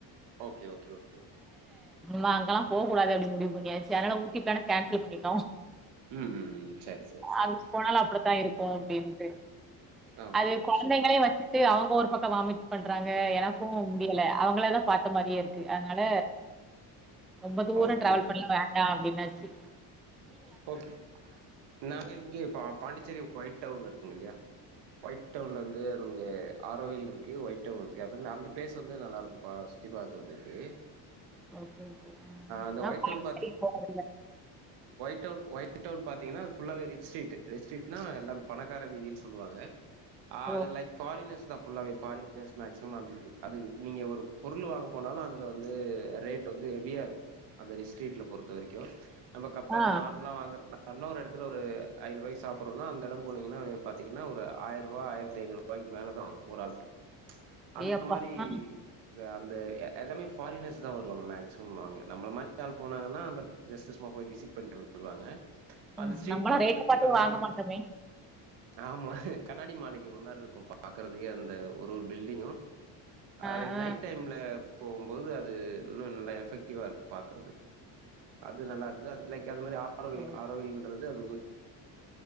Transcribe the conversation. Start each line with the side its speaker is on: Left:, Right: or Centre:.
Right: ஓகே ஓகே ஓகே
Centre: நா அங்கெல்லா போ போவாத அப்டின்னு முடிவு பண்ணியாச்சு அதனால டிக்கெட் தான கேன்சல் பண்ணிட்டோ
Right: ம் ம் ம் சரி சரி சரி
Centre: அதுக்கு
Right: சரி
Centre: போனால அப்டித்தா இருக்கு அப்டின்ட்டு
Right: ஆ ஓகே
Centre: அது
Right: ஓகே
Centre: கொழந்தைங்கள
Right: சூப்பர்
Centre: வச்சுட்டு அவுங்க ஒரு பக்கம் வாமிட் பண்றாங்க எனக்கு முடியல அவுங்களா தா பாத்த மாரியே இருக்கு அதனால ரொம்ப தூரோ
Right: ஓகே
Centre: டிராவல்
Right: ஓகே
Centre: பண்ணு வேண்டா என்னாச்சி
Right: ஓகே நாங்க இங்க பா பாண்டிச்சேரி ஒய் ஒய்டவர் இருக்கு இல்லியா ஒய்டவுர்ல வந்து ஆரோயில் இருக்கு ஒயிட்டவர் இருக்கு அந்த பிளேஸ் வந்து நல்லா இருக்கு பா சுத்தி பாக்குறதுக்கு
Centre: ஓகே ஓகே ஆ
Right: அந்த
Centre: நா
Right: ஒயிட்
Centre: பாண்டிச்சேரி
Right: டவுன்
Centre: போனதில்ல
Right: ஒய்டவுன் பாத்தீங்கனா அது ஃபுல்லாவே ரிச் ஸ்ட்ரிட் ரிச் ஸ்ட்ரிட்னா எல்லாம் பணக்கார வீதின்னு சொல்லுவாங்க ஆ
Centre: ஓ!
Right: அது லைக் ஃபாரினர்ஸ் தா ஃபுல்லாகவே ஃபாரினர்ஸ் மேக்ஸிமம் அது அது நீங்க ஒரு பொருள் வாங்க போனாலு அதில வந்து ரேட் வந்து ஹெவியாக இருக்கு அந்த ரிஸ்ட்ரீட்டில் பொறுத்த வரைக்கு நமக்கு நார்மலா
Centre: ஆ
Right: வாங்கறப்ப அன்னோ ஒரு எடத்துல ஒரு ஐநூருவாய்க்கு சாப்றோனா அந்த இடம் போனீங்கன்னா பாத்தீங்கன்னா ஒரு ஆயிர ரூவா ஆயிரத்திஐநூர்பாய்க்கு மேல தா வரு ஒரு ஆளுக்கு அந்த
Centre: ஏ அப்பா!
Right: மாரி
Centre: ஆ
Right: அந்த எல்லாமே ஃபாரினர்ஸ் தா வருவாங்க மேக்சிமம் அங்க நம்மள மாரி ஆள் போனாங்கன்னா பட் ஜஸ்ட் சும்மா விசிட் பண்ணிட்டு வந்துருவாங்க அந்த
Centre: ம்
Right: ஸ்ட்ரீட்
Centre: நம்மலாம்
Right: பாக்கறதுக்கே
Centre: ரேட்ட பாத்தே
Right: கண்ணாடி
Centre: வாங்க மாட்டோமே!
Right: ஆமா கண்ணாடி மாளிகை மாரி இருக்கு பாக்கறதுக்கே அந்த ஒரு ஒரு பில்டிங்கு அ
Centre: ஆ,
Right: லைக்
Centre: ஆ.
Right: நைட் டைம்ல போகுபோது அது இன்னு நல்லா எஃபெக்டிவா இருக்கு பாக்குறதுக்கு அது நல்லா இருந்து அது லைக் அது மாரி ஆரோவில்
Centre: ஓ!
Right: ஆரோவில்ன்றது அது